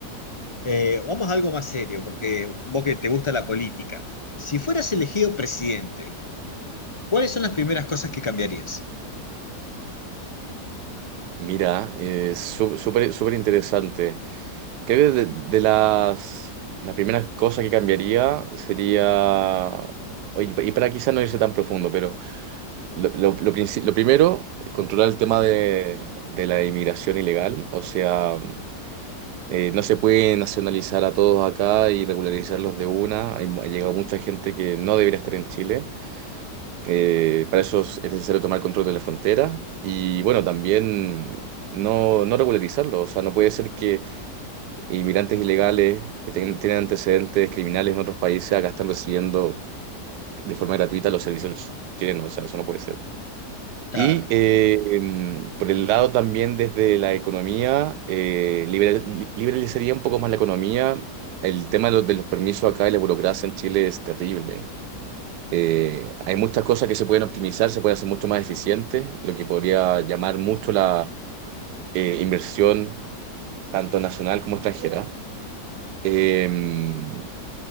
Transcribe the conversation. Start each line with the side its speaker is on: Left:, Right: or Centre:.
Left: Eh, vamos a algo más serio, porque vos que te gusta la política. Si fueras elegido presidente, ¿Cuáles son las primeras cosas que cambiarías?
Right: Mira, es súper súper interesante. Creo que de, de las la primera cosa que cambiaría sería, oye, y para quizá no irse tan profundo, pero lo, lo- lo princi- lo primero, controlar el tema de, de la inmigración ilegal. O sea, eh, no se puede nacionalizar a todos acá y regularizarlos de una. Hay ha llegado mucha gente que no debería estar en Chile. Eh, para eso es es necesario tomar control de la frontera y bueno, también no, no regularizarlo. O sea, no puede ser que inmigrantes ilegales que ten- tienen antecedentes criminales en otros países acá están recibiendo de forma gratuita los servicios chilenos. O sea, eso no puede ser.
Left: Claro,
Right: Y eh, em, por el lado también desde la economía, eh, libera- li- liberalizaría un poco más la economía. El tema de los, de los permisos acá y la burocracia en Chile es terrible. Eh, hay muchas cosas que se pueden optimizar, se puede hacer mucho más eficiente, lo que podría llamar mucho la eh, inversión, tanto nacional como extranjera. Eh,